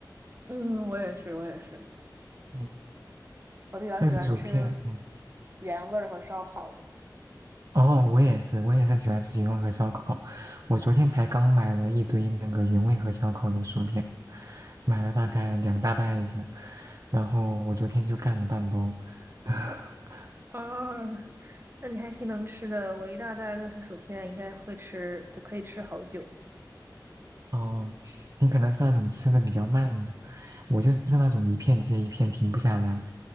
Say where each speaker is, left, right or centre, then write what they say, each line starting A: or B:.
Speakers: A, on the right; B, on the right.
A: 嗯，我也是，我也是。
B: 嗯，
A: 我比较喜欢吃
B: 乐事薯片，嗯，
A: 原味儿和烧烤的。
B: 哦，我也是，我也是喜欢吃原味和烧烤，我昨天才刚买了一堆那个原味和烧烤的薯片，买了大概两大袋子，然后我昨天就干了半包，<laughs>
A: 啊，那你还挺能吃的，我一大袋乐事薯片应该会吃，就可以吃好久。
B: 哦，你可能是那种吃的比较慢的，我就是那种一片接一片停不下来，